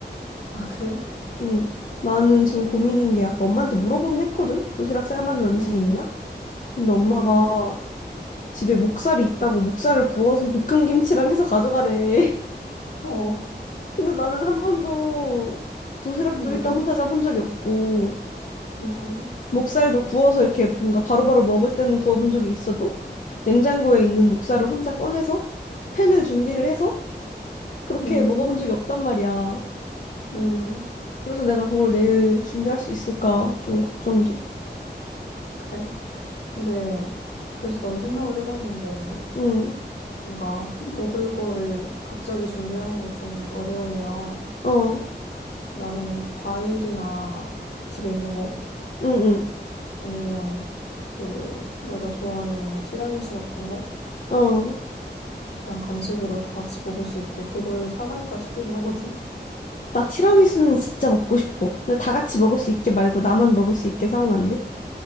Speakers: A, on the left (about 70°); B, on the left (about 50°).
A: 아, 그래?
B: 응, 나는 지금 고민인 게 아까 엄마한테 물어보긴 했거든? 도시락 쌀 만한 음식이
A: 응,
B: 있냐? 근데 엄마가
A: 응.
B: 집에 목살이 있다고 목살을 구워서 볶음김치랑 해서 가져가래. <laughs>
A: 어,
B: 근데 나는 한 번도 도시락도
A: 응,
B: 일단 혼자 싸본 적이 없고,
A: 응,
B: 목살도 구워서 이렇게 뭔가 바로바로 먹을 때는 구워본 적이 있어도, 냉장고에 있는 목살을 혼자 꺼내서 팬을 준비를 해서 그렇게
A: 응,
B: 먹어본 적이 없단 말이야.
A: 응.
B: 그래서 내가 그걸 내일 준비할 수 있을까 좀 걱정돼.
A: 그래. 근데 그래서 나도 생각을 해봤는데
B: 응,
A: 뭔가 먹을 거를 갑자기 준비하는 게 좀 어려우면
B: 어,
A: 나는 과일이나 집에 있는 거
B: 응,
A: 아니면 그 내가 좋아하는 티라미수 같은 거
B: 응, 어.
A: 그냥 간식으로 다 같이 먹을 수 있게 그걸 사갈까 싶기도 하거든. <laughs>
B: 나 티라미수는 진짜 먹고 싶어. 근데 다 같이 먹을 수 있게 말고 나만 먹을 수 있게 사오면 안 돼?